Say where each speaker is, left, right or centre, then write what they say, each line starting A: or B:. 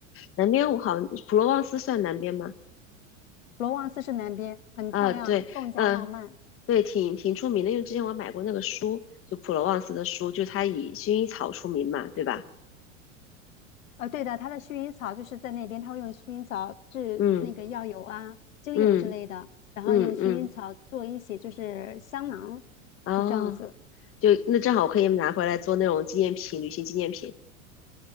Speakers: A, on the left (about 35°); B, on the left (about 80°).
A: 南边我好像普罗旺斯算南边吗？
B: 罗旺斯是南边，很漂亮，
A: 啊，对，
B: 更加浪漫。
A: 嗯、对，挺挺出名的，因为之前我买过那个书，就普罗旺斯的书，就它以薰衣草出名嘛，对吧？
B: 呃，对的，它的薰衣草就是在那边，它会用薰衣草制那个药油啊、
A: 嗯
B: 精油之类的，
A: 嗯
B: 然后用薰衣草做一些就是香囊，
A: 嗯嗯，哦，
B: 就这样子。
A: 就那正好可以拿回来做那种纪念品，旅行纪念品。